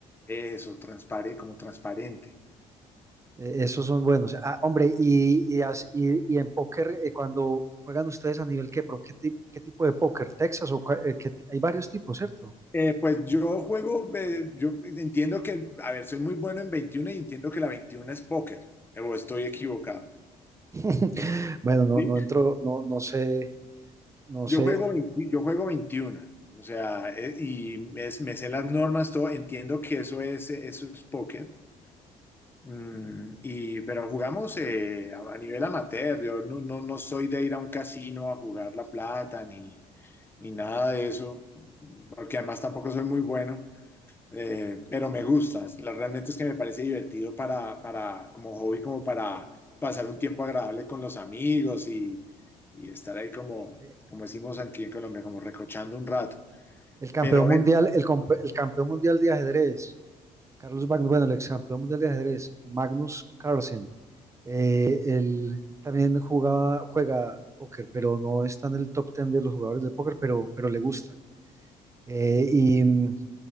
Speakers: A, on the left; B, on the right.
A: Eso, transparente, como transparente.
B: Eh, esos son buenos. Ah, hombre, y, y, as- y- y en póker, eh, cuando juegan ustedes a nivel qué, pro- qué, ti- qué tipo de póker, Texas o cua- eh, qué ti- hay varios tipos, ¿cierto?
A: Eh, pues yo juego, eh, yo entiendo que, a ver, soy muy bueno en 21 y entiendo que la 21 es póker, eh, o estoy equivocado.
B: <laughs> Bueno, no,
A: ¿sí?
B: no entro, no, no sé, no
A: Yo
B: sé.
A: juego 20 yo juego 21, o sea, eh, y es- me sé las normas, todo, entiendo que eso es, eso es póker. Mm, y, pero jugamos eh, a, a nivel amateur, yo no, no, no soy de ir a un casino a jugar la plata, ni, ni nada de eso, porque además tampoco soy muy bueno, eh, pero me gusta. La, realmente es que me parece divertido para, para, como hobby, como para pasar un tiempo agradable con los amigos y, y estar ahí como,
B: Eh,
A: como decimos aquí en Colombia, como recochando un rato.
B: El campeón
A: Pero
B: mundial,
A: eh,
B: el, comp- el campeón mundial de ajedrez, Carlos Magnus, bueno, el ex campeón mundial de ajedrez, Magnus Carlsen. Eh, él también jugaba, juega póker, pero no está en el top 10 de los jugadores de póker, pero, pero le gusta. Eh, y mm,